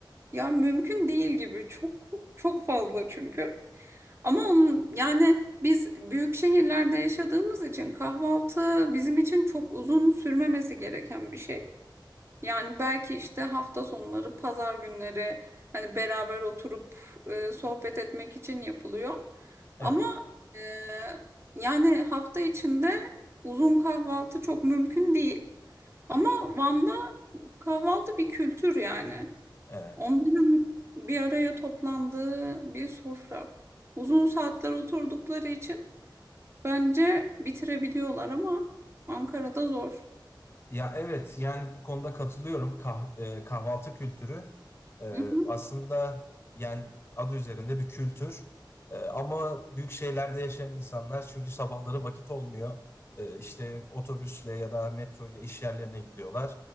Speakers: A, on the right; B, on the left.
A: ya mümkün değil gibi. Çok çok fazla çünkü. Ama onun, yani biz büyük şehirlerde yaşadığımız için kahvaltı bizim için çok uzun sürmemesi gereken bir şey. Yani belki işte hafta sonları, pazar günleri hani beraber oturup e, sohbet etmek için yapılıyor.
B: Evet.
A: Ama e, yani hafta içinde uzun kahvaltı çok mümkün değil. Ama Van'da kahvaltı bir kültür yani.
B: Evet.
A: Onların bir araya toplandığı bir sofra. Uzun saatler oturdukları için Bence bitirebiliyorlar ama Ankara'da zor.
B: Ya evet yani bu konuda katılıyorum. Kah- e, kahvaltı kültürü e,
A: Hı hı.
B: aslında yani adı üzerinde bir kültür. E, ama büyük şehirlerde yaşayan insanlar çünkü sabahları vakit olmuyor. E, işte otobüsle ya da metro ile iş yerlerine gidiyorlar.